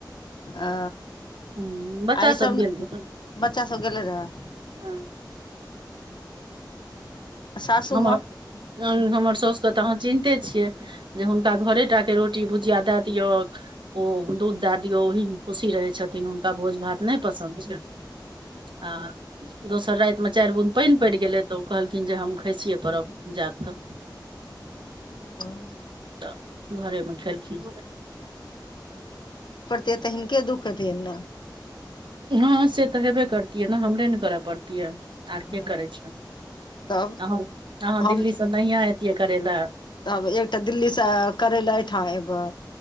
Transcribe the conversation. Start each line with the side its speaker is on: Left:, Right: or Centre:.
Left: ओ
Right: हूँ बच्चा
Left: आ ई सब
Right: गेल रहल
Left: बच्चा सब गेलै रहऽ
Right: हँ,
Left: सासूमे
Right: हमर हमर साउस के तऽ अहाँ चिन्ते छियै जे हुनका घरे टा के रोटी भुजिया दए दियै ओ दूध दए दियै ओहि मे खुशी रहे छथिन ओ भोज भात नहि पसन्द छै आ दोसर रातिमे चारि बुंद पानि पड़ि गेलै तऽ ओ कहलथिन जे हम खइसियै परब जायब तऽ
Left: हँ
Right: तऽ घरेमे खेलखिन
Left: ते तऽ हिनके दुःख हेतियनि ने
Right: हँ से तऽ हेबे करतियै ने हमरे ने करय पड़तियै
Left: ने
Right: आर के करै छै
Left: तब
Right: अ अहाँ
Left: हम
Right: दिल्लीसँ नहिय अतियै करै लए
Left: तब एकटा दिल्ली सँ करै लै ए ठाँ एबै